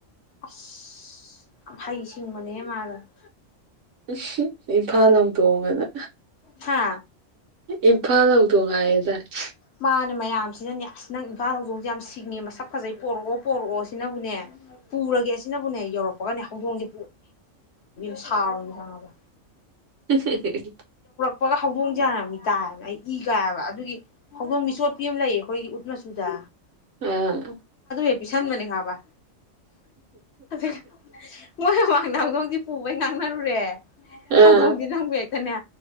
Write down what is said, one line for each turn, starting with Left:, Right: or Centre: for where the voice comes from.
Left: ꯑꯁꯁ ꯌꯥꯝ ꯍꯩ ꯁꯤꯡꯕꯅꯦꯍꯦ ꯃꯥꯗꯣ <unintelligible>
Right: ꯎꯝ ꯏꯝꯐꯥꯜ ꯍꯧꯗꯣꯡꯑꯅ
Left: ꯍꯥ
Right: ꯏꯝꯐꯥꯜ ꯍꯧꯗꯣꯡ ꯍꯥꯏꯌꯨ <unintelligible>
Left: ꯃꯥꯅꯦ ꯅ ꯃꯌꯥꯝꯁꯤꯅꯅꯦ ꯑꯁ ꯅꯪ ꯏꯝꯐꯥꯜ ꯍꯧꯖꯣꯡꯁꯦ ꯌꯥꯝ ꯁꯤꯡꯉꯦ ꯃꯁꯛ ꯐꯖꯩ ꯄꯣꯔꯛꯑꯣ ꯄꯣꯔꯛꯑꯣ ꯁꯤꯅꯕꯨꯅꯦ ꯄꯨꯔꯒꯦ ꯁꯤꯅꯕꯨꯅꯦ ꯌꯧꯔꯛ <unintelligible> ꯍꯧꯗꯣꯡꯁꯦ <unintelligible> ꯁꯥꯎꯔꯤꯅꯦ ꯈꯪꯉꯕ
Right: <unintelligible>
Left: ꯄꯒ ꯍꯧꯗꯣꯡꯁꯦ ꯍꯥꯟꯅ ꯃꯤꯇꯥꯏꯌꯦꯕꯥ ꯑꯩ ꯏ ꯀꯥꯏꯌꯦꯕ ꯑꯗꯨꯒꯤ ꯍꯧꯗꯣꯡ ꯃꯤꯆꯣꯠꯄꯤ ꯑꯃ ꯂꯩꯌꯦ ꯑꯩꯈꯣꯏꯒꯤ ꯎꯠ ꯃꯆꯨꯗ
Right: ꯑ ꯑ
Left: <unintelligible> ꯄꯤꯁꯟꯕꯅꯤ ꯈꯪꯉꯕ <unintelligible> ꯃꯣꯏꯃꯥꯡ ꯗ ꯍꯧꯗꯣꯡ ꯁꯦ ꯄꯨꯕꯩ ꯉꯥꯡꯅꯔꯨꯨꯔꯦ
Right: ꯑ
Left: ꯍꯩꯗꯣꯡꯁꯦ
Right: ꯎꯝ
Left: ꯅꯪꯕꯨ ꯍꯦꯛꯇꯅꯦ